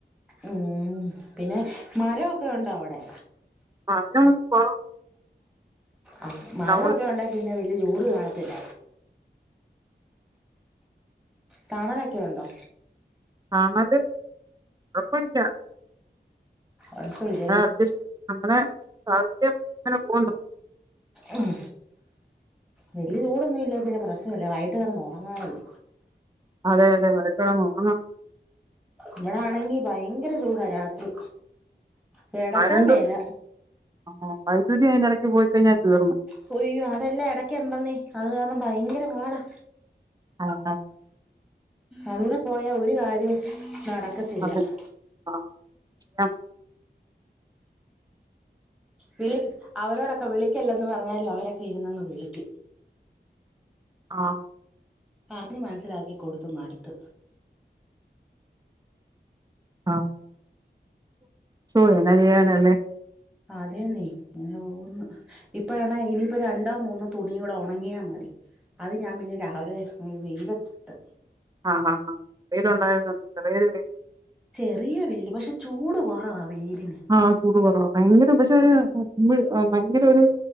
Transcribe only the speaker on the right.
ആഹ് മരങ്ങളിപ്പോ
ടൗൺ
തണല് <unintelligible> ഇല്ല.
അഡ്ജസ്റ്റ് ചെയ്തു നമ്മുടെ സാഹചര്യം അങ്ങനെ പോകുന്നു
അതെ അതെ വൈകിട്ട് കിടന്നുറങ്ങാം
കരണ്ട്
ആ വൈദ്യുതി അതിനിടയ്ക്ക് പോയികഴിഞ്ഞാൽ തീർന്ന്
ആ ആ
അത്
ആ, ചെയ്യാൻ പറ്റും.
ആ
ആ ശോ എന്നാ ചെയ്യാനാല്ലെ
ആ ഹ ഹാ വെയിലൊണ്ടായിരുന്നോണ്ട് ചെറിയൊരു
ആ ചൂട്കൊറവാ ഭയങ്കരം പക്ഷെ ഒരു ഭയങ്കര ഒരു